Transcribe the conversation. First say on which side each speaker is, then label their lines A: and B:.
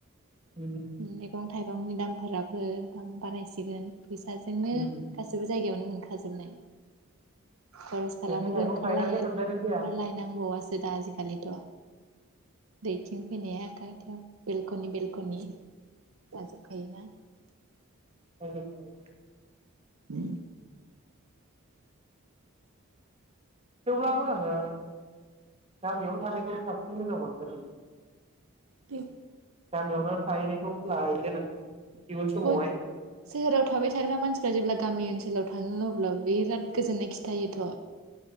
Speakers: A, on the right (about 25°); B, on the right (about 70°).
A: उम
B: मैगं थाइगंनि दामफोरा बां बारायसिगोन फैसा जोंनो
A: उम
B: गासिबो जायगायावनो मोनखाजोबनाय खरस खालामनोबो
A: मैगं थाइगं
B: ओंखारलायेल
A: गायनानै मोनजानाय जाया
B: ओंखारलायनांबावासो दा आजिखालिथ' दैथिं फैनाया आथि बेलक'नि बेलक'नि जाजोबखायो ना?
A: औ <unintelligible>
B: उम
A: थेवब्लाबो ओ गामियावनो थानायखौ साबसिन मोजां मोनांगोन ओं
B: दे
A: गामियावनो थाहैनायखौ लाहैगोन आं इयुन समावहाय
B: बय सोहोराव थाबाय थाग्रा मानसि या जेब्ला गामि ओनसोलाव थाङो अब्ला बिराद गोजोननाय खिथायोथ'